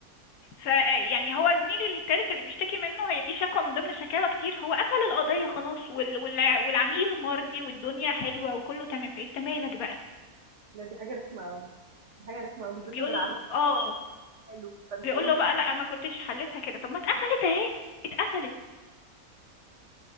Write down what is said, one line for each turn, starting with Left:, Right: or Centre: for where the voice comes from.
Left: فيعني هو زميلي التالت اللي بيشتكي منه هي دي شكوى من ضمن شكاوى كتير هو قفل القضية خلاص وال... والع- والعميل مرضي والدنيا حلوة وكله تمام فانت مالك بقى
Right: لأ دي حاجة رخمة أوي، دي حاجة رخمة أوي، بالذات
Left: بيقول
Right: إن العميل
Left: اه
Right: كمان مدّي حلو، فأنت
Left: بيقول
Right: إيه
Left: له
Right: مشكلة
Left: بقى لا ما كنتش حلتها كده طب ما اتقفلت اهي اتقفلت